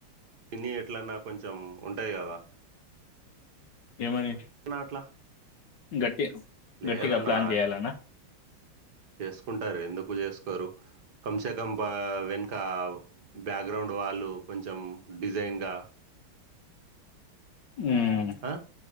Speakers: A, on the right; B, on the left.
A: పిన్ని ఎట్లన కొంచెం ఉంటాయి కదా.
B: ఏమని
A: అన్న, అట్లా
B: గట్టి
A: లేదన్నా
B: గట్టిగా ప్లాన్ చేయాలన
A: చేసుకుంటారు ఎందుకు చేసుకోరు కంస్ కం బా వెనుక బ్యాక్గ్రౌండ్ వాళ్లు కొంచెం డిజైన్ గా
B: హ్మ్
A: ఆ